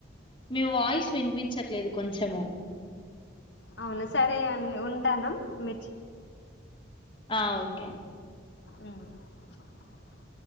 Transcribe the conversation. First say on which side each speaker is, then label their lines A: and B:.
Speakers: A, on the left; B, on the left.
A: మీ వాయిస్ వినిపించట్లేదు కొంచెము
B: అవునా సరే అండి ఉంటాను మీర్చి
A: ఆ ఓకే
B: ఉ